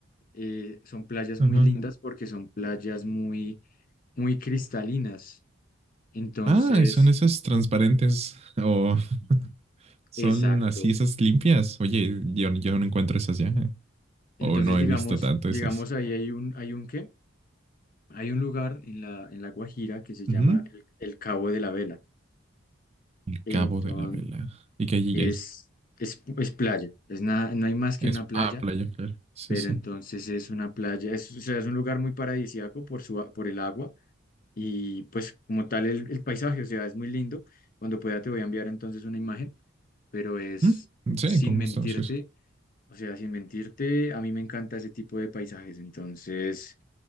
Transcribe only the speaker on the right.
Ajá.
Ah, y son esas transparentes o <laughs> son
así esas limpias. Oye, yo, yo no encuentro esas ya. eh.
O no
he visto tanto
esas.
Ujú.
El
cabo de la vela. ¿Y qué hay
ahí?
Es,
ah, playa, claro. Sí,
sí.
¿Mm? Sí,
con
gusto. Sí, sí.